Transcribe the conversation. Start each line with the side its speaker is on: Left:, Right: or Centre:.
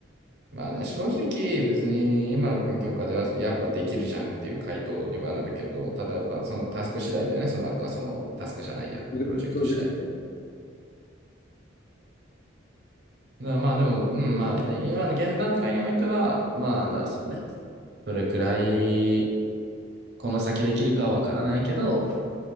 Right: まあね、正直別に今の環境下ではやっぱできるじゃんっていう回答にはなるけど、ただやっぱそのタスク次第だよね。その後はそのタスクじゃないや、
Left: プロジェクト。
Right: プロジェクト次第。だからまあでも、うん、まあね、今の現段階においては、まあだからそうね。どれくらいこの先できるかはわからないけど、